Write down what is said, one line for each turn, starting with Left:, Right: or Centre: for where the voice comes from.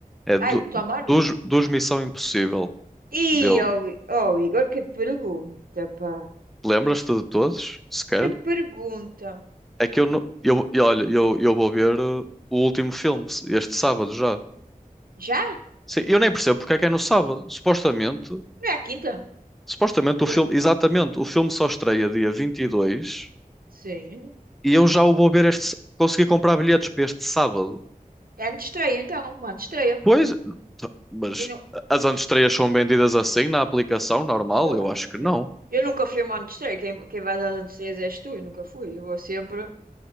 Centre: É do,
Right: ai, Tom Hardy?
Centre: dos, dos Missão Impossível
Right: Ih,
Centre: dele.
Right: oh, I- oh, Igor, que pergunta, pá.
Centre: Lembras-te de todos, sequer?
Right: Que pergunta.
Centre: É que eu, não- eu, e olha, eu, eu vou ver eh, o último filme, este sábado já.
Right: Já?
Centre: Sim, eu nem percebo porque é que é no sábado. Supostamente.
Right: Não é a quinta?
Centre: Supostamente o
Right: Eh,
Centre: filme, exatamente, o filme só estreia dia vinte e dois
Right: Sim.
Centre: e eu já o vou ver este, s- consegui comprar bilhetes para este sábado.
Right: É antes de estreia, então. Uma antes de estreia.
Centre: Pois, t- mas
Right: Eu não...
Centre: as antestreias são vendidas assim na aplicação normal?
Right: Sei
Centre: Eu
Right: lá.
Centre: acho
Right: não-
Centre: que
Right: Eu
Centre: não.
Right: eu nunca fui a uma antes de estreia. Quem, quem vai às antes de estreias és tu. Eu nunca fui. Eu vou sempre...